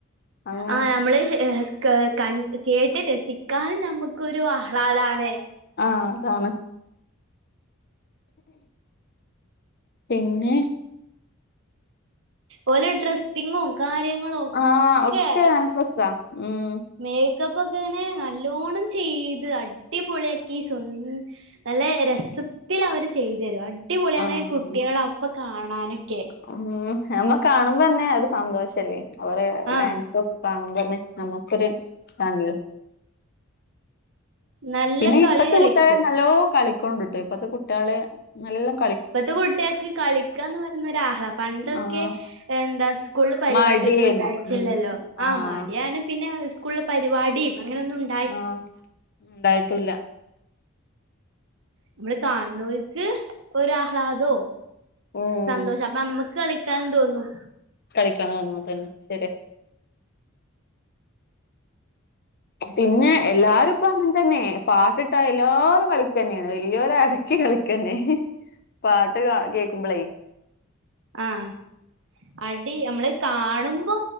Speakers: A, on the left (about 50°); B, on the right (about 65°).
A: അങ്ങനെ
B: ആ, നമ്മള് ഹെ കെ കൻ കേട്ട് രസി കാൻ നമ്മുക്കൊരു ആഹ്ലാദാണ്.
A: ആ, അതാണ്. പിന്നെ?
B: ഓല് ഡ്രസ്സിങ്ങും കാര്യങ്ങളും
A: ആഹ്
B: ഒക്കെ.
A: നല്ല രസാ ഉം
B: മേക്കപ്പ് ഒക്കെ ഇങ്ങനെ നല്ലോണ്ണം ചെയ്ത് അടിപൊളിയാക്കി. ഉം, നല്ല രസത്തില് അവര് ചെയ്തു തരും. അടിപൊളിയാണ്
A: ആഹ്
B: കുട്ടികള ഇപ്പൊ കാണാനൊക്കെ...
A: ഉം, നമ്മ കാണുമ്പോ തന്നെ ഒരു സന്തോഷല്ലേ? അവരെ
B: ആഹ്
A: ഡാൻസ് ഒക്കെ? കാണുമ്പോന്നെ, നമ്മുക്കൊരു ഇതാണല്ലോ.
B: നല്ല
A: പിന്നെ
B: കളി
A: ഇപ്പത്തെ
B: കളിക്കും
A: കുട്ടികൾ നല്ലോ കളിക്കൊണുണ്ട്ട്ടൊ, ഇപ്പത്തെ കുട്ടികളെ നല്ലം...
B: ഇപ്പത്തെ കുട്ടികൾക്ക് കളിക്കാന്ന് പറയുന്ന ഒരാഹ്ള. പണ്ടൊക്കെ
A: ആഹ്
B: എന്താ? സ് സ്കൂളില് പരിപാടിയൊന്നും
A: മടിയായിരുന്നു
B: ഉണ്ടായിച്ചില്ലല്ലോ?
A: ഉം
B: ആ
A: ആഹ്
B: മടിയാണ്. പിന്നെ സ്കൂളിൽ പരിപാടിം അങ്ങനൊന്നും ഉ
A: ആഹ, ഉണ്ടായിട്ടുല്ല.
B: നമ്മള് കാണുനോയ്ക്ക് ഒരാഹ്ലാദോ?
A: ഉം
B: സന്തോഷം. അപ്പൊ മ്മക്ക് കളിക്കാൻ തോന്നും.
A: കളിക്കണോന്ന്‌ തോന്നും, അതെന്നെ ശരിയ. പിന്നെ എല്ലാരും ഇപ്പ അങ്ങ് തന്നെ പാട്ടിട്ടാ എല്ലാവരും കളിക്ക ന്നെണ്. വല്ല്യോര് അടക്കി കളിക്കന്നെ. പാട്ട് കേൾക്കുമ്പോളേ?
B: ആഹ് അടി, അമ്മള് കാണുമ്പോ